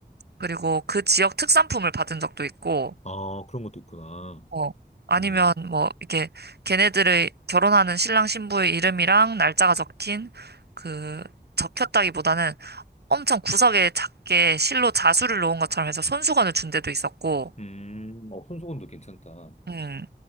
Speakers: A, on the right; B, on the left.
A: 그리고 그 지역 특산품을 받은 적도 있고,
B: 아, 그런 것도 있구나.
A: 어, 아니면
B: 음,
A: 뭐, 이렇게 걔네들의 결혼하는 신랑 신부의 이름이랑 날짜가 적힌 그, 적혔다기보다는 엄청 구석에 작게 실로 자수를 놓은 것처럼 해서 손수건을 준 데도 있었고,
B: 음, 어, 손수건도 괜찮다.
A: 음,